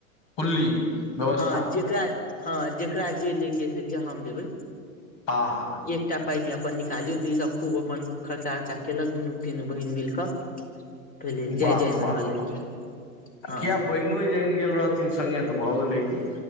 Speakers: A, on the left; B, on the left.
A: फुल्ली व्यवस्था
B: हँ जेकरा हँ जेकरा जे ले के से लीय हम देबै।
A: आह।
B: एकटा पाई ने अपन निकालियो त ई सब खूब अपन खर्चा बर्चा केलक दुनू तीनू बहिन मिल क। भेलै
A: वाह
B: जाइ जाइमे
A: वाह
B: रहलै
A: वाह
B: हँ।
A: आ किया बहिनो जहन गेल रहथिन सङ्गे त भ गेलै कि।